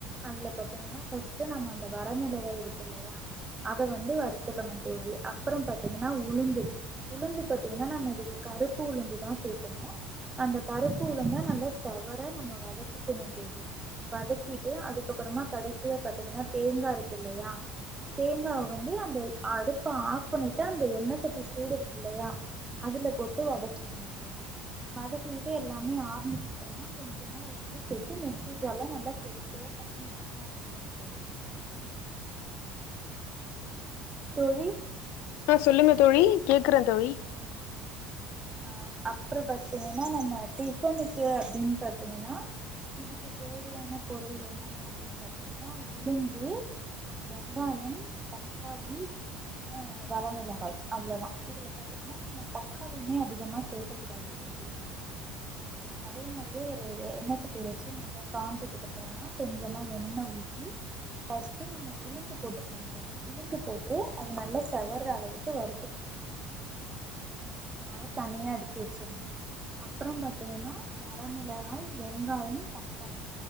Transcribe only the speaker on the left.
ஆ சொல்லுங்க தோழி கேக்குற தோழி